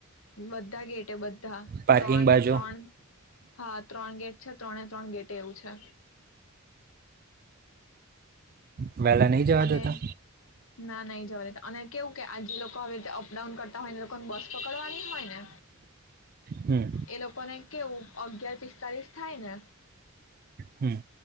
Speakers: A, on the left; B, on the right.
A: બધા ગેટે બધા
B: પાર્કિંગ
A: ત્રણ
B: બાજુ
A: ત્રણ હા ત્રણ ગેટ છે ત્રણે ત્રણ ગેટ ટેવું છે.
B: વહેલા નહીં જવા
A: અને
B: દેતા
A: ના ના એ જવા દ અને કેવું કે આજે લોકો હવે રીતે અપડાઉન કરતા હોય લોકોને બસ પકડવાની હોય ને
B: હમ
A: એ લોકોને કેવું અગિયાર પિસ્તાલીસ થાય ને
B: હમ